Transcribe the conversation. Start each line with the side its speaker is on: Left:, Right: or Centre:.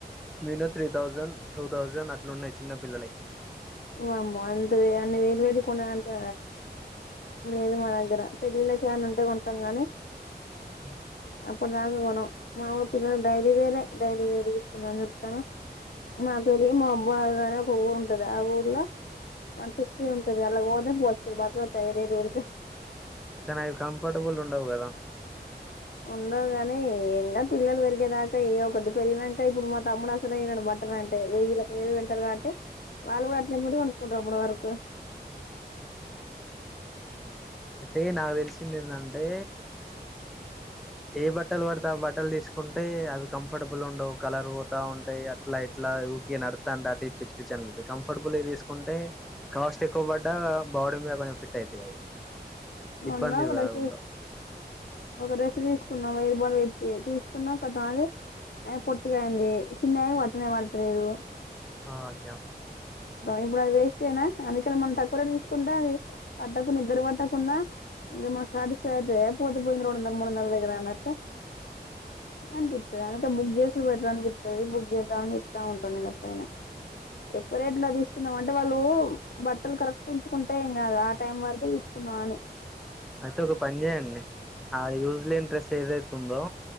Centre: minimum three thousand two thousand అట్లున్నాయి చిన్న పిల్లలకి
Left: వామ్మో అంత అన్ని వేలువేలు కొనాలంటే లేదు మా దగ్గర పెళ్ళిళ్ళకి ఏమనా ఉంటే కొంటాం గానీ,
Centre: హ్మ్
Left: అప్పుడ్ ప్రతిదానికి కొన్నాం మాములు పిల్లలు డైలీ వేరే డైలీ వేరే తీసుకుందాం అని చూతాను. మాగరి మామ్ వాళ్ దగ్గర ఒక్కరుంటాది. రావూర్ల వన్ సిక్స్టీ ఉంటది అలాగ్తే బోచ్చాడు బట్టలు వా పై రేటు వరకు
Centre: కనీ అవి కంఫర్టబుల్ ఉండవు కదా,
Left: ఉండవు గాని ఇంకా పిల్లలు పెరిగేదాకా ఏయో ఒకటి పెరిగినక ఇప్పుడు మా తమ్ముడు అస్ చిన్నగాయ్నాడు బట్ట అంటే వెయ్యిలకు వేలు పెడతాడు కాబట్టి వాళ్ళు బట్టలు ఎప్పుడు కొనుక్కుంటారు అప్పుడు వరకు
Centre: అయితే నాకు తెలిసింది ఏంటంటే ఏ బట్టలు పడితే ఆ బట్టలు తీసుకుంటే అవి కంఫర్టబుల్ ఉండవు కలర్ పోతా ఉంటాయి అట్లా ఇట్లా <unintelligible> నడుస్తా అంటే అటు ఇటు పిచ్చి పిచ్చి అనిపిస్తది కంఫర్టబుల్ గా తీసుకుంటే కాస్ట్ ఎక్కువ పడ్డా బాడీ మీద కొంచెం ఫిట్ అయితాయి అవి
Left: మౌన
Centre: ఇబ్బంది
Left: ఒక్క <unintelligible>
Centre: కాకుండా
Left: ఒక్క డ్రెస్ తీసుకున్నాం వయ రూపాయిలు పెట్ తీసుకున్నాం కానీ <unintelligible> పొట్టిగా అయింది చిన్నయ పట్టనే పట్టలేదు
Centre: ఆ <unintelligible>
Left: ఇప్పుడు అది వేస్ట్ అయినా అందుకని మనం తక్కువ రేట్ తీసుకుంటా అది పట్టకుండా నిద్ర పట్టకుండా <unintelligible> మాకు సాటిస్ఫై అయిదతే పోతే పోయింది రెడుందల మూడు వందలలు వైకు అన్నట్టు అంటే అందుకే బుక్ చేసు బెటర్ అనిపిస్తుంది బుక్ చేద్దామని అని చెప్తా ఉంటా నేను ఎప్పుడైనా నేను ఎప్పుడైనా ఎక్కువ రేట్ లో తీసుకుందాం అంటే వాళ్ళు బట్టలు కరెక్ట్ ఉంచుకు టై కాదు ఆ టైం వరకు కున్నాని
Centre: అయితే ఒక పని చేయండి ఆ యూజ్ లేని డ్రెస్ ఏదైతు ఉందో